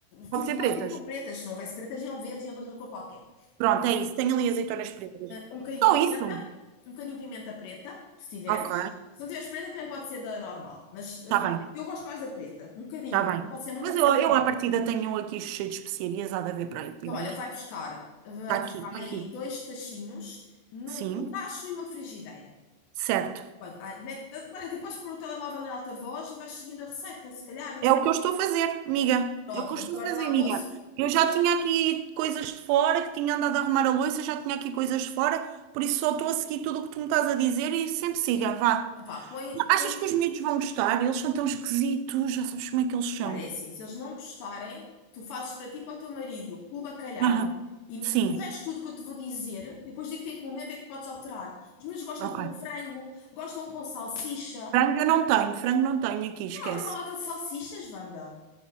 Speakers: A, on the right (about 85°); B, on the left (about 75°).
A: Pode
B: Fica
A: ser pretas.
B: ótimo com pretas. Se não houvesse pretas, iam verdes, iam de outra cor qualquer.
A: Pronto, é isso. Tem ali azeitonas pretas.
B: Um bocadinho
A: Só
B: de
A: isso?
B: pimenta, um bocadinho de pimenta preta, se tiveres.
A: Ok.
B: Se não tiveres preta, também pode ser da normal. Mas
A: Está
B: ah,
A: bem.
B: eu gosto mais da preta. Um bocadinho,
A: Está
B: também
A: bem.
B: pode ser muita
A: Mas
B: por
A: eu,
B: causa
A: eu
B: do milho.
A: à partida tenho aqui cheio de especiarias. Há de haver para aí pimenta.
B: Então, olha, vai
A: preta.
B: buscar, vai
A: Está aqui.
B: buscar
A: Está
B: aí
A: aqui.
B: dois tachinhos, num-
A: Sim.
B: um tacho e uma frigideira.
A: Certo.
B: Pode, ai, mete- olha, até podes pôr o telemóvel em alta voz e vais seguindo a receita, se calhar.
A: É o que eu estou a fazer, amiga.
B: Pronto,
A: É o que
B: estamos
A: eu estou
B: na
A: a
B: hora
A: fazer,
B: do almoço.
A: amiga. Eu
B: Depois,
A: já tinha aqui coisas de fora, que tinha andado a arrumar a louça, já tinha aqui coisas de fora, por isso só estou a seguir tudo o que tu me estás a dizer e sempre siga, vá.
B: então vá, põe,
A: Achas
B: põe.
A: que os miúdos vão gostar? Eles são tão esquisitos, já sabes como é que eles são.
B: Olha, é assim, se eles não gostarem, tu fazes para ti e para o teu marido o bacalhau
A: Aham.
B: e,
A: Sim,
B: e o resto tudo que eu te vou dizer, depois digo-te em que um momento é que podes alterar. Os meus gostam
A: ok.
B: com frango, gostam com salsicha.
A: Frango eu não tenho, frango não tenho aqui, esquece.
B: Não, abre uma lata de salsichas, Wanda.